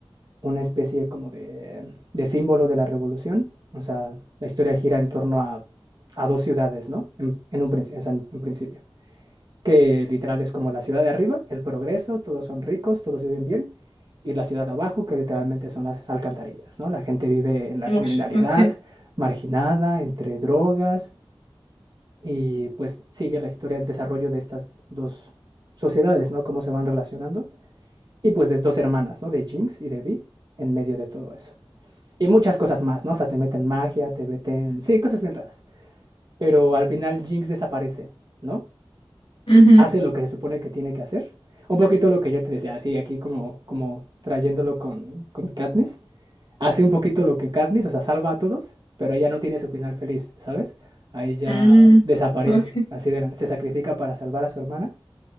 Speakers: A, on the right; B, on the left.
A: una especie como de, de símbolo de la revolución. O sea, la historia gira en torno a, a dos ciudades, ¿no? En, en un, o sea, en principio. Que literal es como la ciudad de arriba, el progreso, todos son ricos, todos viven bien. Y la ciudad de abajo, que literalmente son las alcantarillas, ¿no? La gente vive en la
B: Ush,
A: criminalidad,
B: ok.
A: marginada, entre drogas. Y pues sigue la historia, el desarrollo de estas dos sociedades, ¿no? Cómo se van relacionando. Y pues de dos hermanas, ¿no? De Jinx y de Vi, en medio de todo eso. Y muchas cosas más, ¿no? O sea, te meten magia, te meten... Sí, cosas bien raras. Pero al final Jinx desaparece, ¿no?
B: Ujú.
A: Hace lo que se supone que tiene que hacer. Un poquito lo que yo te decía, así aquí como, como trayéndolo con, con Katniss. Hace un poquito lo que Katniss, o sea, salva a todos, pero ella no tiene su final feliz, ¿sabes? Ahí ya
B: Mm,
A: desaparece,
B: ok.
A: así de la- se sacrifica para salvar a su hermana